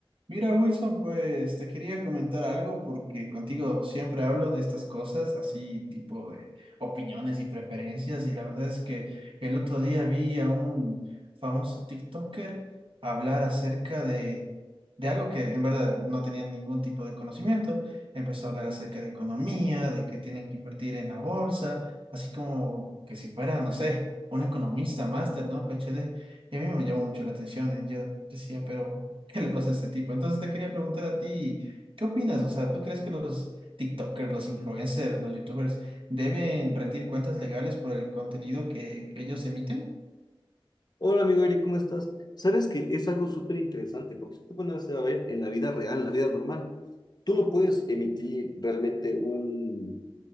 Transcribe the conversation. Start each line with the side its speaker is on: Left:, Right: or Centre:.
Right: Mira, Wilson, pues te quería comentar algo porque contigo siempre hablo de estas cosas, así tipo de opiniones y preferencias, y la verdad es que el otro día vi a un famoso TikToker hablar acerca de, de algo que en verdad no tenía ningún tipo de conocimiento. Empezó a hablar acerca de economía, de que tienen que invertir en la bolsa, así como que si fuera, no sé, un economista, máster, ¿no? PhD. Y a mí me llamó mucho la atención y yo decía, pero... ¿Qué le pasa a este tipo? Entonces te quería preguntar a ti, ¿qué opinas? O sea, ¿tú crees que los TikTokers, los influencers, los YouTubers deben rendir cuentas legales por el contenido que, que ellos emiten?
Left: Hola amigo Eric, ¿cómo estás? Sabes que es algo súper interesante, porque si te pones a ver en la vida real, en la vida normal, tú no puedes emitir realmente un,